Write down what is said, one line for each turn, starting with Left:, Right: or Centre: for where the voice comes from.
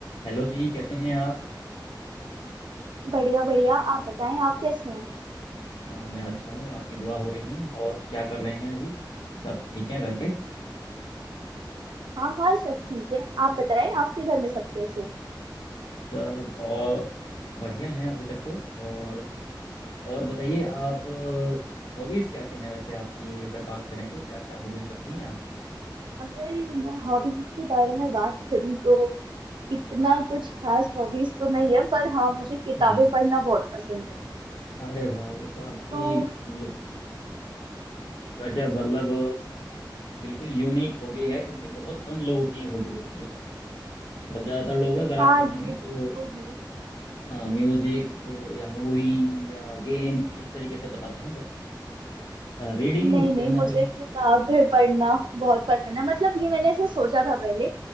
Left: Hello ji कैसे हैं आप
Right: बढ़िया बढ़िया आप बताएं आप कैसे हैं
Left: अ, मैं अच्छा हूँ आपकी दुआ हो रही है और क्या कर रहे हैं अभी सब ठीक है घर पे
Right: हाँ हाँ सब ठीक है आप बताएं आपके घर में सब कैसे हैं
Left: सब और बढ़िया हैं अभी तक तो और और बताइए आप हॉबीज क्या क्या हैं वैसे आपकी अगर बात करें तो क्या क्या हॉबीज रखती हैं आप
Right: अगर मैं हॉबीज के बारे में बात करूं तो इतना कुछ खास हॉबीज तो नहीं है पर हाँ मुझे किताबें
Left: हम्म
Right: पढ़ना बहुत पसंद है
Left: अरे वाह ये तो आपकी
Right: तो
Left: मतलब गजब मतलब बिल्कुल यूनिक हॉबी है क्योंकि बहुत कम लोगों की हॉबी होती है मतलब ज्यादातर लोग अगर आप
Right: हाँ
Left: पूछेंगे
Right: ये
Left: तो
Right: तो है
Left: हाँ म्यूजिक या मूवी या गेम्स इस तरीके से बताते हैं बट रीडिंग
Right: <laughs> नहीं नहीं
Left: कहीं
Right: मुझे
Left: ना कहीं
Right: किताबें पढ़ना बहुत पसंद है मतलब ये मैंने ऐसे सोचा था पहले